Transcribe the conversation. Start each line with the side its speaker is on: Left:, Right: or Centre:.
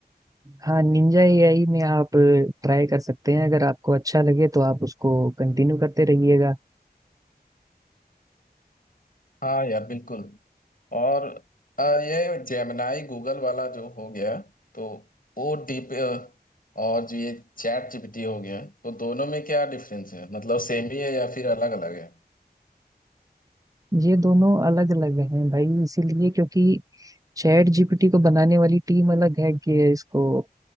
Right: हाँ निंजा एआई में आप ट्राई कर सकते हैं अगर आपको अच्छा लगे तो आप उसको कंटिन्यू करते रहिएगा
Left: हाँ यार बिल्कुल और अ, ये जेमिनाई गूगल वाला जो हो गया तो वो डीप और जो ये चैट जीपीटी हो गया तो दोनों में क्या डिफरेंस है मतलब सेम ही है या फिर अलग अलग है
Right: ये दोनों अलग अलग हैं भाई इसीलिए क्योंकि चैट जीपीटी को बनाने वाली टीम अलग है कि इसको